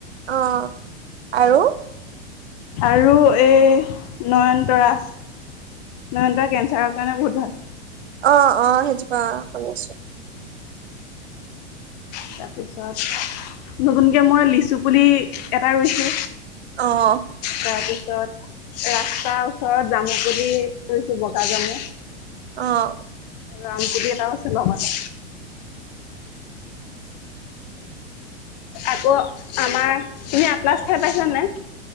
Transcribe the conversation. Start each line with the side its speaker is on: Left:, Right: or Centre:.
Right: অ' আৰু
Left: আৰু এই নয়ন তৰা নয়ন তৰা কেঞ্চাৰৰ কাৰণে বহুত ভাল।
Right: অ', -অ' সেইজোপা শুনি আছো।
Left: তাৰপিছত নতুনকৈ মই লিচু পুলি এটা ৰুইছো।
Right: অ',
Left: তাৰপিছত ৰাস্তাৰ ওচৰত জামু বুলি কৈছো বগা জামু
Right: অ',
Left: ৰামপুলি এটাও আছে লগতে আকৌ আমাৰ তুমি আপলাছ খাই পাইছানে নাই?